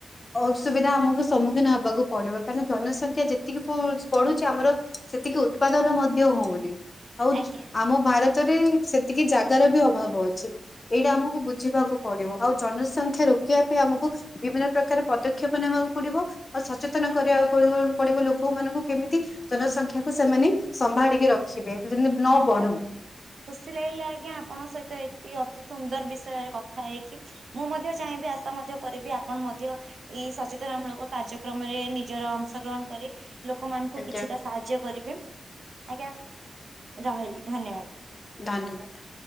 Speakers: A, on the left; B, on the right.
A: ଅସୁବିଧା ଆମକୁ ସମ୍ମୁଖୀନ ହେବାକୁ ପଡିବ କାହିଁକି ନା ଜନସଂଖ୍ୟା ଯେତିକି ବଢୁଛି ଆମର ସେତିକି ଉତ୍ପାଦନ ମଧ୍ୟ ହୋଉନି। ଆଉ
B: ଆଜ୍ଞା
A: ଚୁ ଆମ ଭାରତ ଭାରତ ରେ ସେତିକି ଜାଗାର ବି ଅଭାବ ଅଛି। ଏଇଟା ଆମକୁ ବୁଝିବାକୁ ପଡିବ ଆଉ ଜନସଂଖ୍ୟା ରୋକିବା ପାଇଁ ଆମକୁ ବିଭିନ୍ନ ପ୍ରକାର ପଦ ପଦକ୍ଷେପ ନେବାକୁ ପଡିବ। ସଚେତନ କରିବାକୁ ପଡିବ ପଡିବ ଲୋକ ମାନଙ୍କୁ କେମିତି ଜନସଂଖ୍ୟାକୁ ସେମାନେ ସମ୍ଭାଳିକି ରଖିବେ। ଯେମିତି ନ
B: ନିହାତି
A: ବଢୁ।
B: ଭାବେ। ଖୁସି ଲାଗିଲା ଆଜ୍ଞା ଆପଣଙ୍କ ସହିତ ଏତି ଅତି ସୁନ୍ଦର ବିଷୟରେ କଥା ହେଇକି। ମୁଁ ମଧ୍ୟ ଚାହିଁବି ଆଶା ମଧ୍ୟ କରିବି ଆପଣ ମଧ୍ୟ ଏଇ ସଚେତନ ମୂଳକ କାର୍ଯ୍ୟକ୍ରମରେ ନିଜର ଅଂଶ ଗ୍ରହଣ କରି ଲୋକମାନଙ୍କୁ
A: ଆଜ୍ଞା
B: କିଛିଟା ସାହାଯ୍ୟ କରିବେ। ଆଜ୍ଞା ରହିଲି ଧନ୍ୟବାଦ୍।
A: ଧନ୍ୟବାଦ୍।